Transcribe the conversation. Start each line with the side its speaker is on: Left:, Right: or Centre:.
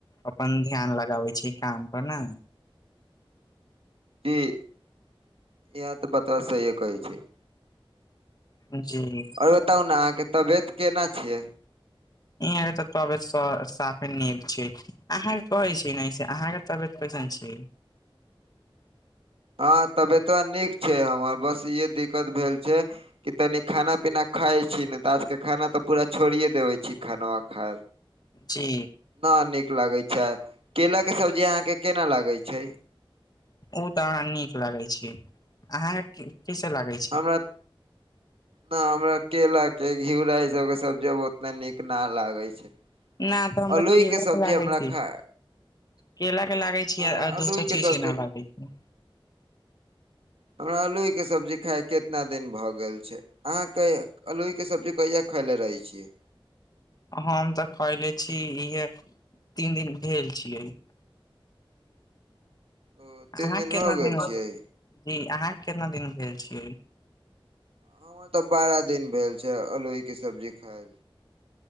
Left: अपन ध्यान लगाबै छै काम पर ने
Right: जी इहाँ तऽ बतबा सहिए कहै छी।
Left: जी
Right: आओर बताउ ना अहाँके तबियत केना छै?
Left: इहाॅं के तऽ तबीयत स साफे नीक छै। अहाँके कहै छी नै से अहाँके तबियत कैसन छी?
Right: हँ तबियतबा नीक छै हमर बस इहे दिक्कत भेल छै कि तनी खाना पीना खाइ छी ने तऽ आजके खाना तऽ पूरा छोड़िये देबे छी खनवा खा
Left: जी
Right: ना नीक लागै छै केलाके सब्जी अहाँके केना लागै छै?
Left: ऊं त हमरा नीक लागे छै अहां के कैसे लागे?
Right: हमरा न हमरा केला के घिउरा ई सब के सब्जी अब ओतना नीक ना लागै छै।
Left: ना तऽ हमरा
Right: अलोई
Left: केला
Right: सब्जी
Left: के लागै
Right: हमरा
Left: छै।
Right: खा
Left: केला के लागे
Right: हमरा
Left: छीयै आ दोसर
Right: अलोई
Left: चीज
Right: सब्जी
Left: के ना लागै छै
Right: हमरा आल्लूहिके सब्जी खाइ केतना दिन भऽ गेल छै। अहाँके अलुइके सब्जी कहिया खयले रहै छियै?
Left: हम तऽ खैले छी इहे तीन दिन भेल छियै।
Right: ओ
Left: अहाँके
Right: तीन
Left: केतना
Right: हो गेल
Left: दिन
Right: छियै
Left: जी अहाँके केतना दिन भेल छियै?
Right: हमरा तऽ बारह दिन भेल छै अलोइके सब्जी खाय